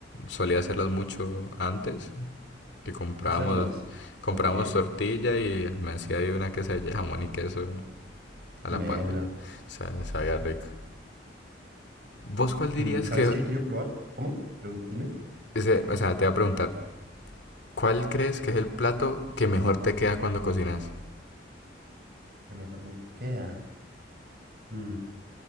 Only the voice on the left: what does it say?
solía hacerlas mucho antes, que comprábamos,
comprábamos
tortilla y me hacía ahí una quesadilla de jamón y queso a la
parrilla. Sa- Sabía rico. ¿Vos cuál dirías
que,
ese- o sea, te voy a preguntar, ¿cuál crees que es el plato que mejor te queda cuando cocinas?